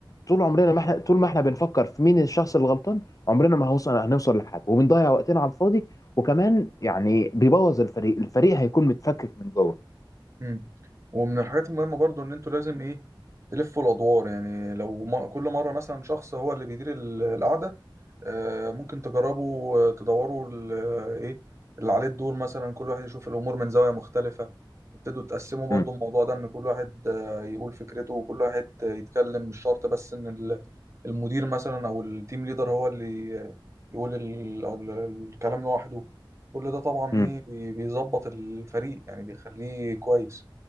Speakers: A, on the left; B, on the right.
A: طول عمرنا ما احنا طول ما احنا بنفكر في مين الشخص الغلطان عمرنا ما هوصل هنوصل لحاجه وبنضيع وقتنا على الفاضي وكمان يعني بيبوظ الفريق الفريق هيكون متفكك من جوه
B: مم. ومن الحاجات المهمة برضو إن أنتوا لازم إيه تلفوا الأدوار يعني لو ما كل مرة مثلا شخص هو اللي بيدير ال- القعدة آه، ممكن تجربوا آه، تدوروا ال- آه، ايه اللي عليه الدور مثلا كل واحد يشوف الامور من زاويه مختلفه ابتدوا تقسموا برضو
A: مم.
B: الموضوع ده ان كل واحد آه، يقول فكرته وكل واحد آه، يتكلم مش شرط بس ان ال- المدير مثلا او التيم ليدر هو اللي آه، يقول ال- أو ال- الكلام لوحده كل ده طبعا
A: مم.
B: ايه بي- بيظبط الفريق يعني بيخليه كويس